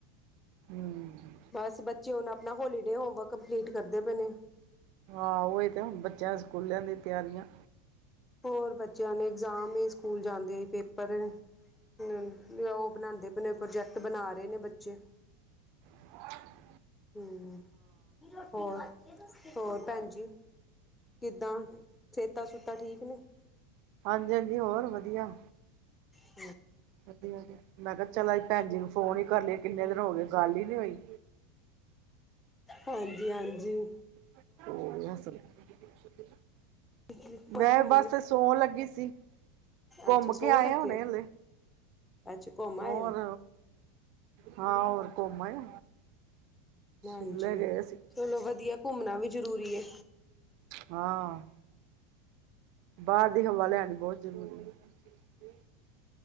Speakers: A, on the right; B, on the left.
A: ਹਮ
B: ਬਸ ਬੱਚੇ ਹੁਣ, ਆਪਣਾ ਹੋਲੀਡੇ ਹੋਮਵਰਕ ਕੰਪਲੀਟ ਕਰਦੇ ਪਏ ਨੇ
A: ਹਾਂ ਹੀ ਤੇ ਹੁਣ ਬੱਚਿਆਂ ਸਕੂਲਿਆਂ ਦੀ ਤਿਆਰੀਆਂ,
B: ਹੋਰ ਬੱਚਿਆਂ ਨੇ ਇਗਜ਼ਾਮ ਸਕੂਲ ਜਾਂਦੇ ਸੀਏ ਪੇਪਰ, ਹੂੰ, ਉਹ ਬਣਾਉਦੇ ਪਣੇ ਪ੍ਰੋਜੈਕਟ ਬਣਾ ਰਹੇ ਨੇ ਬੱਚੇ
A: ਹ
B: ਹੂੰ ਹੋਰ-ਹੋਰ ਭੈਣ ਜੀ, ਕਿੱਦਾਂ ਸੇਤਾਂ ਸੁੂਤਾ ਠੀਕ ਨੇ,
A: ਹਾਂਜੀ-ਹਾਂਜੀ, ਹੋਰ ਵਧੀਆ।
B: ਹਾਂ,
A: ਵਧੀਆ-ਵਧੀਆ, ਮੈਂ ਕਿਹਾ ਚੱਲ ਭੈਣ ਜੀ ਨੂੰ ਫੋਨ ਹੀ ਕਰ ਲਏ ਕਿੰਨੇ ਦਿਨ ਹੋ ਗਏ, ਗੱਲ ਹੀ ਨੀ ਹੋਈ।
B: ਹਾਂਜੀ-ਹਾਂਜੀ,
A: ਉਹ
B: ਘੁੰਮਣ
A: ਮੈਂ
B: ਘੁੰਮਣ
A: ਬਸ ਸੌਣ ਲੱਗੀ ਸੀ। ਘੁੰਮ
B: ਅੱਛਾ ਸੌਣ
A: ਕੇ ਆਏ
B: ਲੱਗੇ
A: ਹੋੁਣੇ
B: ਹੋ
A: ਹਲੇ,
B: ਅੱਛਾ ਘੁੰਮ
A: ਹੋਰ
B: ਆਇਓ,
A: ਹਾਂ ਹੋਰ ਘੁੰਮਣ।
B: ਹਾਂਜੀ
A: ਸ਼ਿਮਲੇ ਗਏ ਸੀ
B: ਚਲੋ ਵਧੀਆ ਘੁੰਮਣਾ ਵੀ ਜ਼ਰੂਰੀ ਹੈ।
A: ਹਾਂ। ਬਾਹਰ ਦੀ ਹਵਾ ਲਿਆਣੀ ਬਹੁਤ ਜ਼ਰੂਰੀ ਹੈ